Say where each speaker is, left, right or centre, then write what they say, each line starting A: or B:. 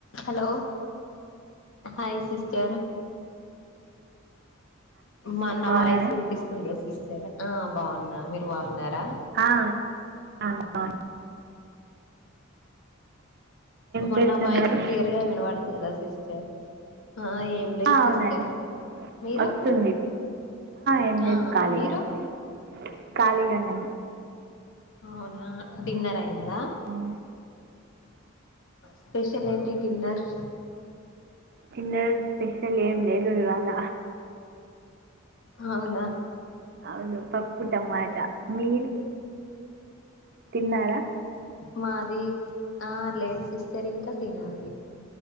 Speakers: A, on the left (about 65°); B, on the right (about 50°).
A: Hello hi sister మా నా
B: బాగున్నారా
A: వాయిస్ వినిపిస్తుంది స్తారా ఆ బాగున్నా మీరు బాగున్నారా
B: అవుగు
A: మన్న
B: చేస్తున్నారు
A: వాయిస్ క్లియర్ గా వినబడుతుందా సిస్టర్ ఆ ఏం లేదు
B: అవునండి
A: సిస్టర్ మీరు
B: వస్తుంది ఏం లేదు
A: ఆ
B: ఖాళీగానే
A: మీరు
B: అవును ఖాళీగానే
A: అవునా డిన్నర్ అయిందా
B: ఉమ్,
A: స్పెషల్ ఏంటి డిన్నర్
B: చిన్న స్పెషల్ ఏం లే తెగాల
A: అవునా
B: అవును పప్పు టమాటా మీది తిన్నారా
A: మాది ఆ లేజ్ సిస్టర్ ఇంకా తినాలి